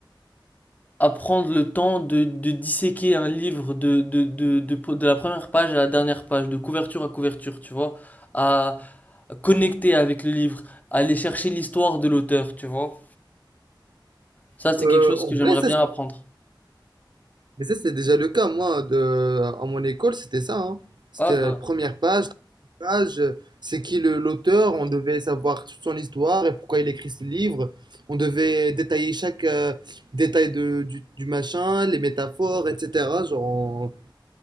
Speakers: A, on the left; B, on the right.
A: à prendre le temps de, de disséquer un livre de, de, de, de, de la première page à la dernière page, de couverture à couverture, tu vois, à connecter avec le livre, à aller chercher l'histoire de l'auteur, tu vois. Ça, c'est
B: Euh,
A: quelque chose
B: en
A: que j'aimerais
B: vrai, ça,
A: bien apprendre.
B: Mais ça, c'était déjà le cas. Moi, de, à mon école, c'était ça. hein. C'était
A: Ah
B: euh,
A: bah,
B: première page, deuxième page, euh, c'est qui le- l'auteur, on devait savoir toute son histoire et pourquoi il écrit ce livre. On devait détailler chaque euh, détail de, du, du machin, les métaphores, etc. Genre, on-